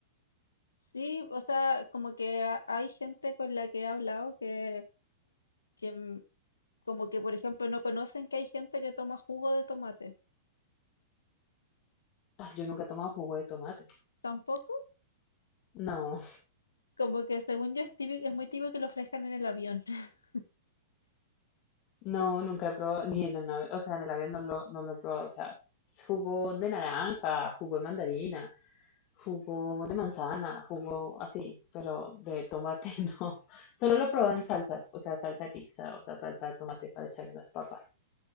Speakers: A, on the left (about 70°); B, on the left (about 35°).
A: Sí, o sea, como que ha- hay gente con la que he hablado que, que mm, como que, por ejemplo, no conocen que hay gente que toma jugo de tomate.
B: Ah, yo nunca he tomado jugo de tomate.
A: Tampoco.
B: No.
A: Como que según yo es típico- es muy típico que lo ofrezcan en el avión. <laughs>
B: No, nunca he probado, ni en el, o sea, en el avión no lo, no lo he probado. O sea, jugo de naranja, jugo de mandarina, jugo de manzana, jugo así, pero de tomate <laughs> no. Solo lo he probado en salsas, o sea, salsa de pizza, o sea, salsa de tomate para echarle a las papas.